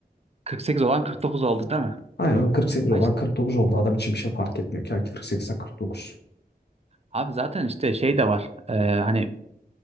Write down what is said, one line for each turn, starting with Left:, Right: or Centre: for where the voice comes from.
Right: 48 olan 49 oldu değil mi?
Left: Aynen o 48
Right: Ay
Left: olan
Right: işte-
Left: 49 oldu. Adam için bir şey fark etmiyor ki. 48'e 49.
Right: abi zaten işte şey de var. Ee, hani